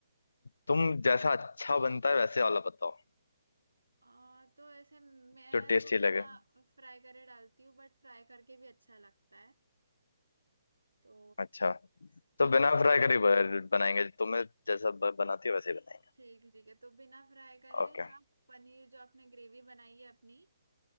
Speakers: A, on the left; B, on the right.
A: तुम जैसा अच्छा बनता है वैसे वाला बताओ
B: अ, तो ऐसे मैं
A: जो टेस्टी
B: तो
A: लगे
B: बिना फ्राई करे डालती हूँ बट फ्राई करके भी अच्छा लगता है तो
A: अच्छा तो
B: तो
A: बिना फ्राई करे ब- बनाएंगे तुम्हें जैसा ब- बनाती हो वैसे ही बनाएंगे
B: ठीक है ठीक है तो बिना फ्राई करे
A: ओके
B: आप पनीर जो आपने ग्रेवी बनाई है अपनी